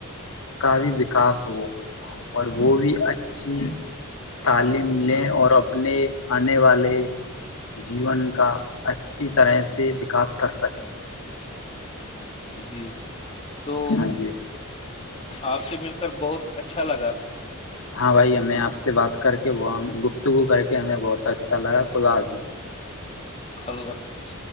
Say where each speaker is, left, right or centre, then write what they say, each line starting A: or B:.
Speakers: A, on the left; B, on the left.
A: کا بھی وکاس ہو اور وہ بھی اچھی تعلیم لیں اور اپنے آنے والے جیون کا اچھی طرح سے وکاس کر سکیں
B: جی تو
A: ہاں جی
B: آپ سے مل کر بہت اچھا لگا
A: ہاں بھائی ہمیں آپ سے بات کر کے وہ گفتگو کر کے ہمیں بہت اچھا لگا خدا حافظ
B: اللہ حافظ